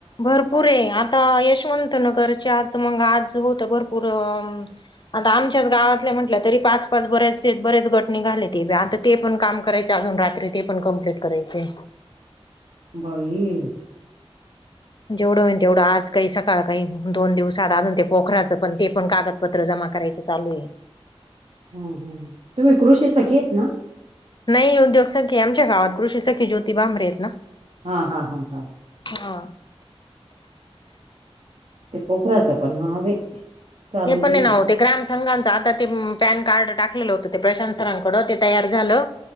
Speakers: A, on the left (about 45°); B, on the right (about 75°).
A: भरपूर आहे आता यशवंत नगरच्या आत मंग आज होतं भरपूर- आता आमच्याच गावातल्या म्हटल्या तरी पाच पाच बर्याचेत बरेच गट निघाले ते बई आता ते पण काम करायचय अजून रात्री ते पण कंप्लीट करायचय
B: बाई
A: जेवढं हुईन तेेवढं आज काही सकाळ काही दोन दिवसात अजून ते पोखराचं पण ते पण कागद- पत्र जमा करायचं चालूये
B: हम हम तुम्ही कृषीचं केलत ना
A: नई उद्योग सखी आमच्या गावात कृषी सखी ज्योती भांबरे आहेत ना
B: हा हा हा हा
A: हा
B: ते पोखराचं पण हा बाई चालू
A: ते पण
B: जे
A: आहे ना व ते ग्रामच- संघांच आता ते पॅन कार्ड टाकलेलं होतं ते प्रशांत सरांकड ते तयार झालं